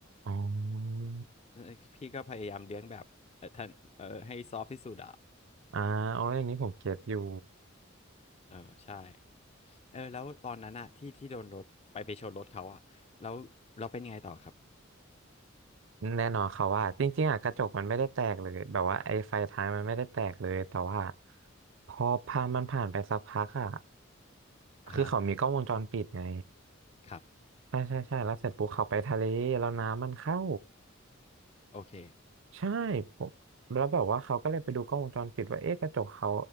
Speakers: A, on the right (about 65°); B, on the left (about 30°).
A: อ๋อ
B: เอ่อพี่ก็พยายามเลี้ยงแบบเออท่านเออให้ซอฟที่สุดอะ
A: อ่าโอ้ยอันนี้ผมเก็ตอยู่
B: เออใช่เออแล้วตอนนั้นอะที่ที่โดนรถไปไปชนรถเขาอะแล้วเราเป็นยังไงต่อครับ
A: แน่นอนเขาว่าจริงๆอ่ะกระจกมันไม่ได้แตกเลย แบบว่าไอ้ไฟท้ายมันไม่ได้แตกเลย แต่ว่าพอพามันผ่านไปสักพักอ่ะ
B: อ่าฮะ
A: คือเขามีกล้องวงจรปิดไง
B: ครับ
A: ใช่ใช่ใช่แล้วเสร็จปุ๊บเขาไปทะเลแล้วน้ำมันเข้า
B: โอเค
A: ใช่ผมแล้วแบบว่าเขาก็เลยไปดูกล้องวงจรปิดว่าเอ๊ะกระจกเขา